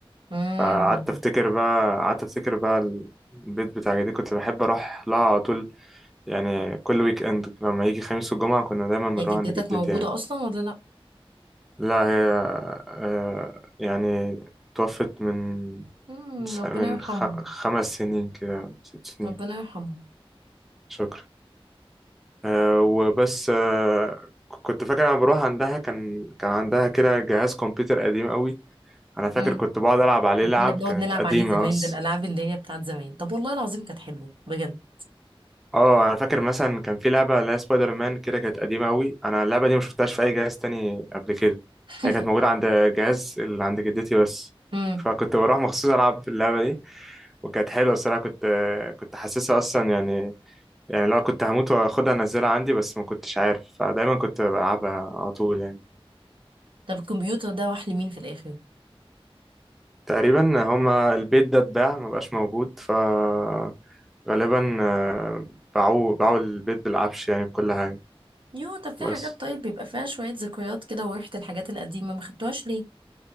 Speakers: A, on the right; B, in the centre.
A: امم
B: فقعدت افتكر بقى قعدت افتكر بقى ال- البيت بتاع جدتي كنت بحب اروح لها على طول يعني كل ويك اند لما يجي خميس والجمعه كنا دايما بنروح
A: يا جدتك
B: عند جدتي
A: موجوده
B: يعني
A: اصلا ولا لا
B: لا هي آه، يعني توفت من
A: امم ربنا
B: من
A: يرحمها
B: خ- خمس سنين كده ست سنين
A: ربنا يرحمها
B: شكرا آه، وبس آه، ك- كنت فاكر انا بروح عندها كان كان عندها كده جهاز كمبيوتر قديم قوي انا فاكر
A: امم
B: كنت بقعد العب عليه لعب
A: كنا بنقعد
B: كانت
A: نلعب
B: قديمه
A: عليه زمان
B: بس
A: ده الالعاب اللي هي بتاعت زمان طب والله العظيم كانت حلوه بجد
B: اه انا فاكر مثلا كان في لعبه اللي هي سبايدر مان كده كانت قديمه قوي انا اللعبه دي ما شفتهاش في اي جهاز تاني قبل كده
A: <laughs>
B: هي كانت موجوده عند جهاز اللي عند جدتي بس
A: امم
B: فكنت بروح مخصوص العب اللعبه دي وكانت حلوه الصراحه كنت آه، كنت حاسسها اصلا يعني يعني لو كنت هموت واخدها انزلها عندي بس ما كنتش عارف فدايما كنت بلعبها على طول يعني
A: طب الكمبيوتر ده راح لمين في الاخر
B: تقريبا هما البيت ده اتباع مبقاش موجود فغالبا آه، باعوه باعوا البيت بالعفش يعني بكل حاجة
A: يو طب في
B: بس
A: حاجات طيب بيبقى فيها شويه ذكريات كده وريحه الحاجات القديمه ما خدتوهاش